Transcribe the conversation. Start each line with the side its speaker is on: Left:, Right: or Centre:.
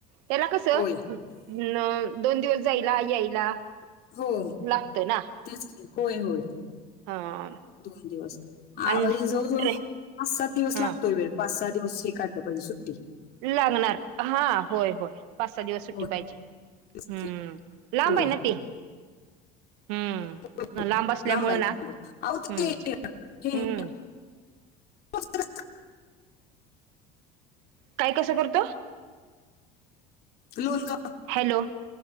Right: त्याला कसं
Left: होय
Right: न दोन दिवस जायला यायला
Left: होय
Right: लागतोय ना
Left: तेच की होय होय.
Right: हा
Left: दोन दिवस आ
Right: आणि
Left: म्हणजे जवळ जवळ
Right: ट्रे
Left: पाच सात दिवस
Right: हा
Left: लागतोय वेळ. पाच सहा दिवस हे काढलं पाहिजे सुट्टी.
Right: वेळ लागणार हा होय होय. पाच सहा दिवस सुट्टी
Left: होय
Right: पाहिजे
Left: तेच
Right: हम्म
Left: की.
Right: लांब
Left: होय
Right: आहे ना ते. हम्म
Left: होय होय
Right: असल्यामुळे
Left: लांब हाय लांब
Right: ना
Left: हे आओ
Right: हम्म
Left: ते हे
Right: हम्म
Left: <unintelligible> <unintelligible>
Right: काय कसं करतो?
Left: लोनग
Right: हॅलो!